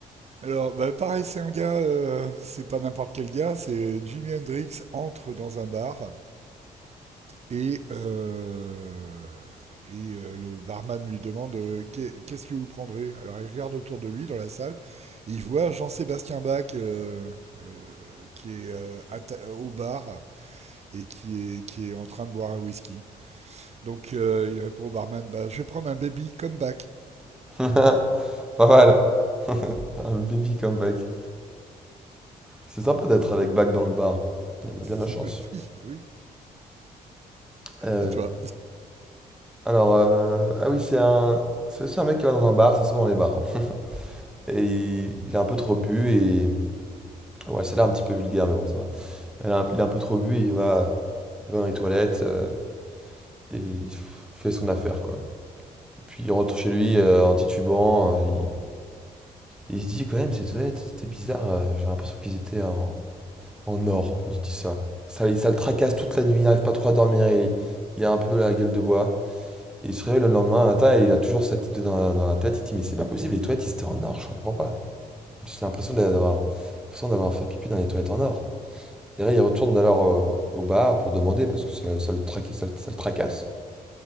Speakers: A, on the right; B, in the centre.
A: Alors, bah, pareil, c'est un gars, euh, c'est pas n'importe quel gars, c'est Jimi Hendrix entre dans un bar et, euh, et euh, le barman lui demande euh, Qu'est- qu'est-ce que vous prendrez Alors, il regarde autour de lui dans la salle et il voit Jean-Sébastien Bach euh, euh, qui est euh, à ta- au bar et qui est, qui est en train de boire un whisky. Donc, euh, il répond au barman bah, Je vais prendre un baby comme Bach.
B: <laughs> Pas mal. <laughs> Un baby comeback. C'est sympa d'être avec Bach dans le bar. Il a bien de la
A: <laughs>
B: chance.
A: oui, oui,
B: Euh,
A: à toi.
B: Alors, euh, ah oui, c'est un, c'est aussi un mec qui va dans un bar, c'est souvent dans les bars. hein. <laughs> Et il, il a un peu trop bu et. Ouais, celle-là est un petit peu vulgaire, mais bon, ça va. Elle a un- il a un peu trop bu et il va, il va dans les toilettes euh, et il f- fait son affaire, quoi. Puis il rentre chez lui euh, en titubant. euh, Il, il se dit, quand même, ces toilettes, c'était bizarre. euh, j'ai l'impression qu'ils étaient en, en or, il dit ça. Ça, ça le tracasse toute la nuit, il n'arrive pas trop à dormir, il, il a un peu la gueule de bois. Et il se réveille le lendemain matin et il a toujours cette idée dans la, dans la tête. Il dit, mais c'est pas possible, les toilettes, c'était en or, je comprends pas. J'ai l'impression d'a- d'avoir l'impression d'avoir fait pipi dans les toilettes en or. Et là, il retourne alors euh, au bar pour demander parce que ça, ça le traque- ça le- ça le tracasse.